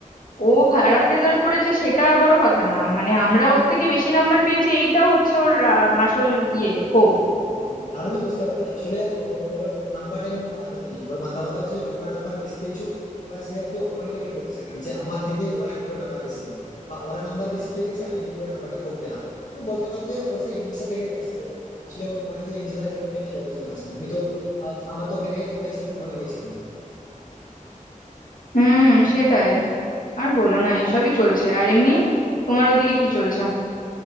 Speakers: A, on the left (about 80°); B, on the left (about 65°).
A: ও খারাপ রেজাল্ট করেছে সেটা বড় কথা না মানে আমরা ওর থেকে বেশি নাম্বার পেয়েছি এইটা হচ্ছে ওর আম, আসল ইয়ে ক্ষোভ
B: ও তাহলে বুঝতে পারছি আসলে ও ওর নাম্বারটা নিয়ে ওর মাথা ব্যথা নেই ওর মাথা ব্যথা হচ্ছে তোমরা নাম্বার বেশি পেয়েছো এবার সে একটু অপমানিত ফিল করছে সেখানে যে আমার থেকে ওরা কি করে নাম্বার বেশি পেল বা ওরা নাম্বার বেশি পেয়ে গেছে আমি কি করে নাম্বারটা কম পেলাম ও বলতে পারো যে ও সেই হিংসা থেকে এটা এসেছে আসলে ওর মনে যে হিংসাটা এরকম হচ্ছে আমি সেটা বুঝতে পারছি না আমি তো আহ, আমার তো ওকে দেখে কখনোই সেরকম মনে হয়েছিল না।
A: হুম সেটাই আর বলো না এসবই চলছে আর এমনি তোমার ওইদিকে কি চলছে